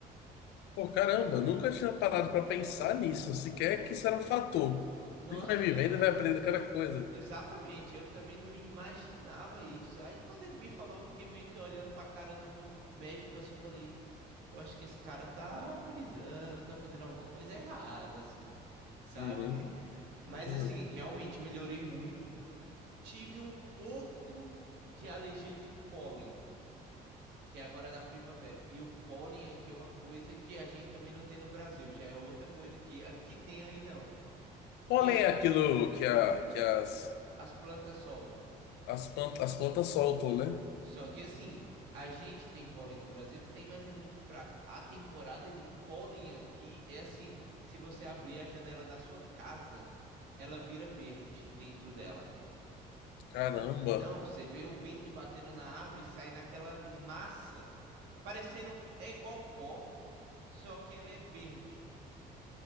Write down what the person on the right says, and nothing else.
Nossa,
eu.
Exatamente, eu também não imaginava isso. Aí quando ele me falou, eu fiquei meio que olhando pra cara do meu médico assim, eu falei, eu acho que esse cara tá brisando, tá fazendo alguma coisa errada, assim, sabe?
<laughs> Mas
assim, realmente melhorei muito. Tive um pouco de alergia de pólen que é agora na primavera. E o pólen aqui é uma coisa que a gente também não tem no Brasil, já é outra coisa que aqui tem aí não,
que a-
as plantas soltam.
Só que assim, a gente tem pólen no Brasil? Tem, mas é muito fraco. A temporada de pólen aqui é assim, se você abrir a janela da sua casa, ela vira verde dentro dela.
Não, você vê o vento batendo na árvore e sai naquela massa, parecendo, é igual pó, só que ela é verde.